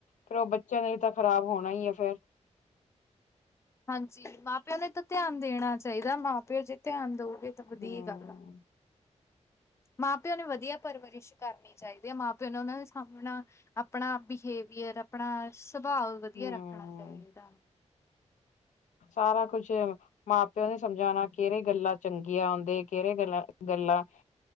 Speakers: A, on the left; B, on the left.
A: ਫਿਰ ਉਹ ਬੱਚਿਆਂ ਣੇ ਵੀ, ਤਾਂ ਖਰਾਬ ਹੋਣਾ ਹੀ ਹੈ। ਫਿਰ
B: ਹਾਂਜੀ ਮਾਂ ਪਿਓ ਨੇ ਤਾਂ ਧਿਆਨ ਦੇਣਾ ਚਾਹੀਦ। ਮਾਂ ਪਿਓ ਜੇ ਧਿਆਨ ਦਓਗੇ। ਤਾਂ ਵਧੀਆ
A: ਹਮ
B: ਗੱਲ ਆ। ਮਾਂ ਪਿਓ ਨੇ ਵਧੀਆ ਪਰਵਰਿਸ਼ ਕਰਨੀ ਚਾਹੀਦੀ ਹੈ ਮਾਂ ਪਿਓ ਨੇ ਉਹਨਾਂ ਦੇ ਸਾਹਮਣਾ ਆਪਣਾ ਬਿਹੇਵੀਅਰ ਆਪਣਾ ਸੁਭਾਅ ਵਧੀਆ
A: ਹਮ
B: ਰੱਖਣਾ ਚਾਹੀਦਾ।
A: ਸਾਰਾ ਕੁਛ ਮਾਂ ਪਿਓ ਨੇ ਸਮਝਾਉਣਾ ਕਿਹੜੇ ਗੱਲਾਂ ਚੰਗੀਆਂ ਆਦੇ ਕਿਹੜੇ ਗੱਲ ਗੱਲਾਂ